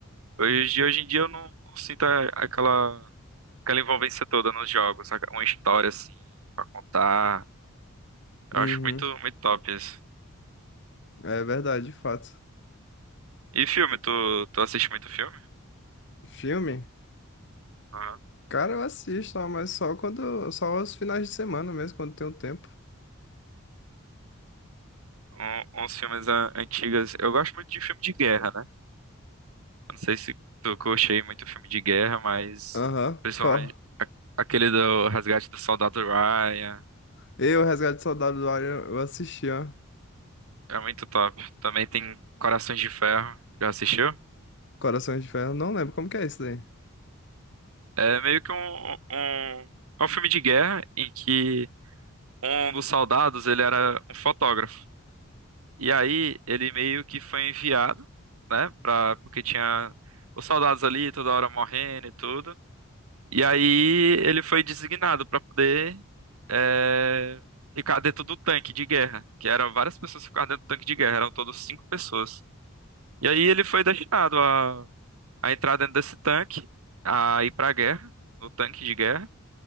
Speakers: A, on the right; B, on the left.
A: Hoje, de- hoje em dia eu não, não sinto a- aquela, aquela envolvência toda nos jogos, saca? uma história assim, contar. Eu
B: Uhum.
A: acho muito, muito top isso.
B: É verdade, de fato.
A: E filme, tu, tu assiste muito filme?
B: Filme?
A: Aham.
B: Cara, eu assisto, ó, mas só quando, só aos finais de semana mesmo, quando tem um tempo.
A: Um- uns filmes an- antigos. Eu gosto muito de filme de guerra, né? Eu Não sei se tu curte aí muito filme de guerra, mas
B: Aham,
A: principalmente
B: qual?
A: a- aquele do Resgate do Soldado Ryan.
B: Eu, Resgate do Soldado do Ar, eu eu assisti, ó.
A: É muito top. Também tem Corações de Ferro. Já assistiu?
B: Corações de Ferro, não lembro como que é isso daí.
A: É meio que um, um, é um filme de guerra em que um dos soldados ele era um fotógrafo. E aí ele meio que foi enviado, né? Pra, porque tinha os soldados ali toda hora morrendo e tudo. E aí ele foi designado pra poder é, ficar dentro do tanque de guerra, que eram várias pessoas que ficavam dentro do tanque de guerra, eram todos cinco pessoas. E aí ele foi destinado a, a entrar dentro desse tanque, a ir pra guerra, no tanque de guerra.